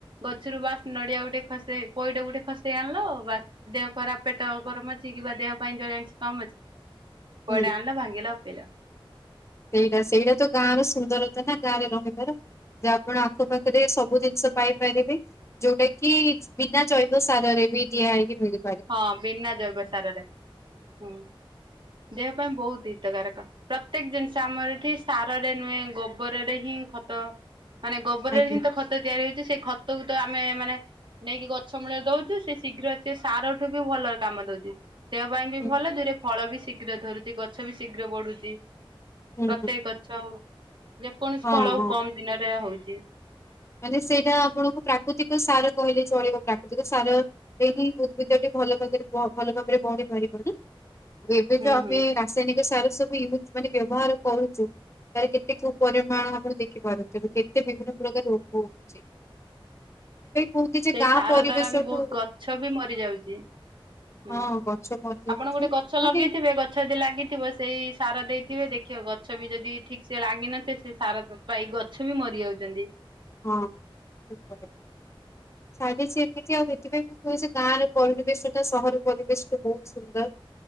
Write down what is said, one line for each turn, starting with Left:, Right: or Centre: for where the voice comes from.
Right: ଗଛରୁ ବାସ୍ ନଡିଆ ଗୋଟେ ଖସେଇ ପଇଡ ଗୋଟେ ଖସେଇ ଆଣିଲ ବା ଦେହ ଖରାପ ପେଟ ଗରମ ଅଛି କିମ୍ବା ଦେହ ପାଇଁ ଜଳୀୟ ଅଂଶ କମ ଅଛି
Left: ହୁଁ।
Right: ପଇଡ ଆଣିଲ ଭାଙ୍ଗିଲ ପିଇଲ।
Left: ସେଇଟା ସେଇଟା ତ ଗାଁ ର ସୁନ୍ଦରତା ନା ଗାଁରେ ରହିବାର। ଯେ ଆପଣ ଆଖ ପାାଖରେ ସବୁ ଜିନିଷ ପାଇପାରିବେ। ଯୋଉଟା କି ବିନା ଜୈବ ସାରରେ ବି ଦିଆ ହେଇକି ମିଳୁ
Right: ହଁ ବିନା ଜୈବ ସାରରେ ହୁଁ ଦେହ ପାଇଁ ବହୁତ ହିତକାରକ। ପ୍ରତ୍ୟେକ ଜିନିଷ ଆମର ଏଠି ସାରରେ ନୁହେଁ ଗୋବରରେ ହିଁ ଖତ ମାନେ ଗୋବରରେ
Left: ଆଜ୍ଞା
Right: ହିଁ ତ ଖ ତ ତିଆରି ହଉଛି ସେଇ ଖତକୁ ତ ଆମେ ମାନେ ନେଇକି ଗଛ ମୂଳରେ ଦଉଛୁ। ସେ ଶୀଘ୍ର ସିଏ ସାର ଏଠୁ ବି ଭଲରେ କାମଦଉଛି ଦେହପାଇଁ ବି
Left: ହୁଁ
Right: ଭଲ ଦୁଇରେ ଫଳବି ଶିଖ ଘ୍ର ଧରୁଛି ଗଛ ବି ଶୀଘ୍ର ବଢୁଛି
Left: ହୁଁ
Right: ପ୍ରତ୍ୟେକ
Left: ହୁଁ
Right: ଗଛ ଯେକୌଣସି
Left: ହଁ
Right: ଫଳ ଆଉ
Left: ହଁ।
Right: କମ ଦିନରେ ହଉଛି।
Left: ମାନେ ସେଇଟା ଆପଣଙ୍କୁ ପ୍ରାକୃତିକ ସାର କହିଲେ ଚଳିବ ପ୍ରାକୃତିକ ସାର ସେହି ଉଦ୍ଭିଦଟେ ଭଲ ଭାବରେ ଭଲ ଭାବରେ ବଢି ପାରିବ କି? ଏବେ
Right: ହୁଁ
Left: ଯୋଉ ଆମେ
Right: ହୁଁ।
Left: ରାସାୟନିକ ସାର ସବୁ ୟୁଜ ମାନେ ବ୍ୟବହାର କରୁଛୁ ତା କେତେ କେଉଁ ପରିମାଣ ଆପଣ ଦେଖିପାରୁଥେ କେତେ ବିଭିନ୍ନ ପ୍ରକାର। <unintelligible> କହୁଛି ଯେ
Right: ସେଇ
Left: ଗାଁ
Right: ସାର
Left: ପରିବେଶଠୁ
Right: ଦ୍ଵାରା ବି ବହୁତ ଗଛ ବି ମରି ଯାଉଛି। ହୁଁ
Left: ହଁ ଗଛ ମରିଯାଉଛି
Right: ଆପଣ ଗୋଟେ ଗଛ
Left: ମାନେ
Right: ଲଗେଇଥିବେ ଗ ଛ ଯଦି ଲାଗିଥିବ ସେଇ ସାର ଦେଇଥିବେ ଦେଖିବେ ଗଛ ବି ଯଦି ଠିକସେ ଲାଗିିନଥିବ ସେ ସାର ପାଇ ଗଛ ବି ମରି ଯାଉଛନ୍ତି।
Left: ହଁ। ଚାଲିଛି ଏମିତି ଆଉ ସେଥିପାଇଁ ମୁଁ କହୁଛି ଗାଁ ର ପରିବେଶ ଟା ସହର ପରିବେଶ ଟୁ ବହୁତ ସୁନ୍ଦର।